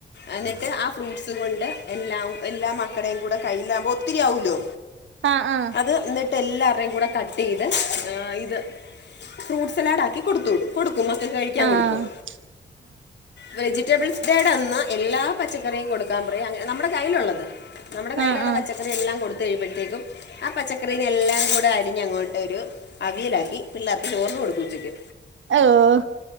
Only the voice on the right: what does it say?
ആഹ് ആഹ്
ആഹ്
ആഹ് ആഹ് ആഹ്
ഓഹ്